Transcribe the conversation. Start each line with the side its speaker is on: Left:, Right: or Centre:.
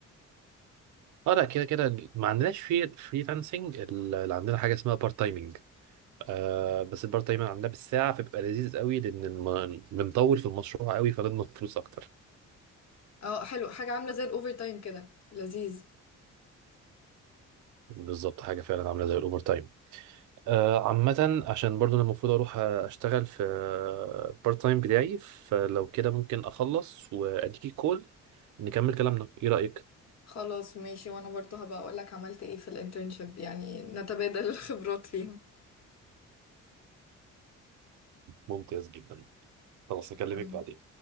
Right: اه لا كده كده ما عندناش في فريلانسنج اللي عندنا حاجه اسمها بارت تايمنج آه بس البارت تايمنج عندنا بالساعه فبيبقى لذيذ قوي لان الم- بنطول في المشروع قوي فبنضمن فلوس اكتر
Left: اه حلو حاجة عاملة زي الأوفر تايم كده لذيذ
Right: بالظبط حاجه فعلا عامله زي الاوفر تايم آه عامه عشان برضو انا المفروض اروح اشتغل في بارت تايم بتاعي فلو كده ممكن اخلص واديكي كول نكمل كلامنا ايه رايك
Left: خلاص ماشي وأنا برضو هبقى أقولك عملت ايه في الانترنشيب يعني نتبادل الخبرات فيهم
Right: ممتاز جدا خلاص
Left: شكرا
Right: اكلمك بعدين